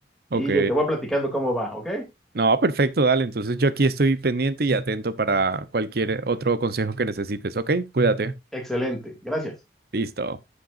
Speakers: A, in the centre; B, on the right.
A: Y
B: ok.
A: yo te voy platicando cómo va, ¿ok?
B: No, perfecto, dale. Entonces yo aquí estoy pendiente y atento para cualquier otro consejo que necesites, ¿ok? Cuídate.
A: Excelente, gracias.
B: Listo.